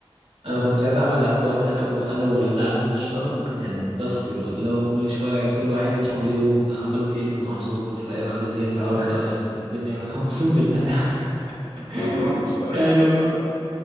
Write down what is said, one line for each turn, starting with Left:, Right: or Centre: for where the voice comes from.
Right: انا كنت ساعتها عامل اكونت انا وانا والولد عمي مشترك يعني بدخل اللي هو كل شويه كل واحد يدخل يوم عملت ايه في المحصول فاهم عملت ايه النهارده
Left: اه
Right: الدنيا <laughs> اقسم بالله <laughs>
Left: <laughs> مزرعة مشتركة
Right: يعني والله